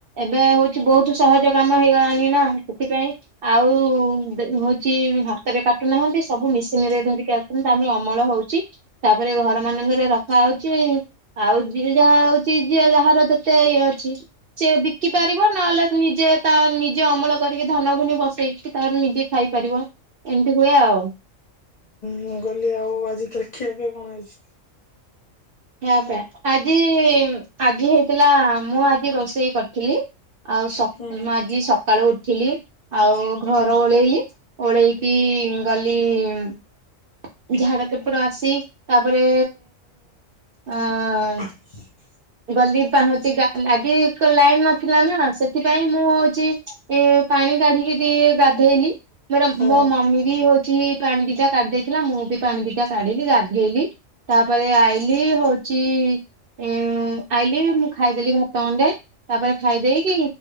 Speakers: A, on the right (about 55°); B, on the left (about 45°).
A: ଏବେ ହଉଛି ବହୁତ ସହଜ କାମ ହେଇଗଲାଣି ନା ସେଥିପାଇଁ, ଆଉ ହଉଛି ହାତରେ କାଟୁନାହାନ୍ତି, ସବୁ ମେସିନ ରେ ଧରିକି ତାପରେ ଅମଳ ହଉଛି ତାପରେ ଘର ମାନଙ୍କରେ ରଖା ହଉଛି। ଆଉ ଯ ଯାହା ହଉଛି ଯିଏ ଯାହାର ଯେତେ ଇଏ ଅଛି। ସେ ବିକି ପାରିବ ନହେଲେ ନିଜେ ତା ନିଜେ ଅମଳ କରିକି ଧାନ ଘୁନି ବସେଇକି ତା ନିଜେ ଖାଇପାରିବ ଏମିତି ହୁଏ ଆଉ।
B: ମୁଁ କହିଲି ଆଉ ଆଜି କଖିବା ପାଇଁ କଣ ହେଇଛି?
A: ହେପ ଆଜି ଆଜି ହେଇଥିଲା ମୁଁ ଆଜି ରୋଷେଇ କରିଥିଲି। ଆଉ
B: ହୁଁ
A: ଆଜି ସକାଳୁ ଉଠିଲି ଆଉ ଘର
B: ହୁଁ
A: ଓଳେଇଲି, ଓଳେଇକି, ଗଲି ଝାଡ କେପଟ ଆସି ତାପରେ ହଁ,
B: ହଁ
A: ଗଲି ପାହଁଚି ଆଜି ଲାଇନ ନଥିଲା ନା ସେଥିପାଇଁ ମୁଁ ହଉଛି ଏ ପାଣି କାଢିକି ଟିକେ ଗାଧେଇଲି ମୋର
B: ହୁଁ
A: ମୋ
B: ହୁଁ
A: ମମି ବି ହଉ କିଛି ପାଣି ଦିଜା କାଢି ଦେଇେଇଥିଲା ମୁଁ ବି ପାଣି ଦିଟା କାଢିଲି ଗାଧେଇଲି ତାପରେ ଆଇ କଲି ହଉଛି ଉ ଆଇଲି ମୁଁ ଖାଇଦେଲି ଭାତ ଖଣ୍ଡେ ତାପରେ ଖାଇଦେଇକି